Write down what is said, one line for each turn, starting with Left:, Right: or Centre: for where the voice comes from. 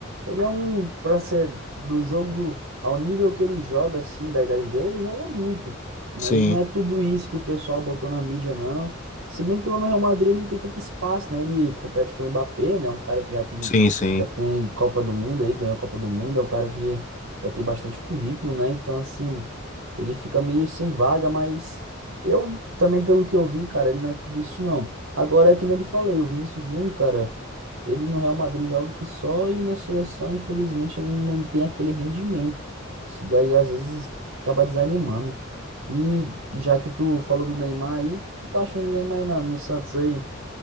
Right: Ele é um, para ser do jogo, ao nível que ele joga, assim, da idade dele, ele joga muito. Mas
Left: Sim,
Right: não é tudo isso que o pessoal botou na mídia, não. Se bem que lá no Real Madrid ele não tem tanto espaço, né? Ele compete com o Mbappé, né? Um cara que já tem,
Left: sim, sim.
Right: já tem Copa do Mundo aí, ganhou Copa do Mundo, é um cara que já tem bastante currículo, né? Então, assim, ele fica meio sem vaga, mas eu também, pelo que eu vi, cara, ele não é tudo isso, não. Agora, é que nem eu lhe falei, o Vinícius Júnior, cara. Ele no Real Madrid joga que só e na seleção, infelizmente, não tem aquele rendimento. Isso daí às vezes acaba desanimando. E já que tu falou do Neymar aí, o que tu tá achando do Neymar aí na- no Santos aí?